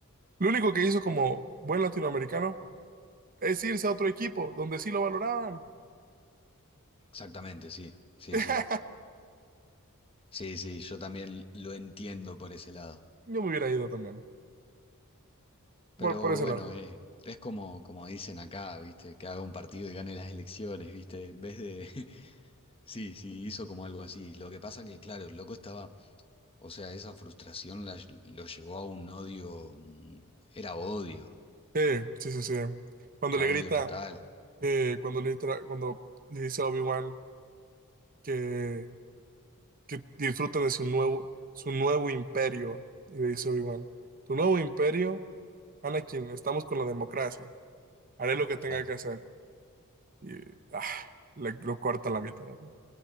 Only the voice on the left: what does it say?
Exactamente, sí. Sí,
sí. Sí, sí, yo también lo entiendo por ese lado.
Pero
bueno,
eh, es como, como dicen acá, ¿viste? Que haga un partido y gane las elecciones, ¿viste? En vez de. <laughs> Sí, sí, hizo como algo así. Lo que pasa que, claro, el loco estaba O sea, esa frustración la ll- lo llevó a un odio, mm, era odio,
era
odio total.
Claro.